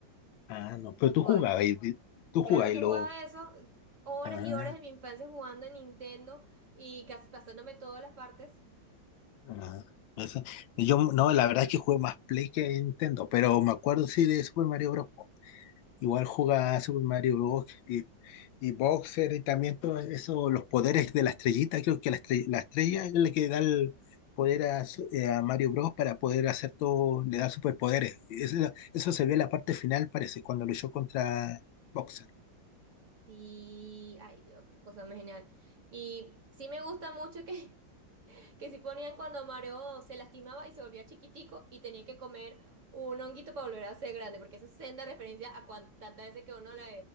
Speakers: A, on the left; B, on the right.
A: Ah, no, pero tú
B: Toad.
A: jugabas, y- y- tú
B: Claro
A: jugabas
B: que
A: y lo...
B: he jugado eso, horas
A: Ah,
B: y horas de mi infancia jugando en Nintendo y casi pasándome todas las partes.
A: ah, eso- Yo, no, la verdad es que jugué más Play que Nintendo, pero me acuerdo sí de Super Mario Bros. po. Igual jugaba Super Mario Bros. y, y Boxer y también todo eso, los poderes de la estrellita, creo que la estrella, la estrella es la que da el poder a, su- eh, a Mario Bros. para poder hacer todo, le da superpoderes. Eso, eso se ve en la parte final, parece, cuando luchó contra Boxer.
B: Sí, ay Dios, qué cosa más genial. Y sí me gusta mucho que, <laughs> que sí ponían cuando Mario se lastimaba y se volvía chiquitico y tenía que comer un honguito para volver a ser grande, porque esa es senda referencia a cuan- tantas veces que uno la,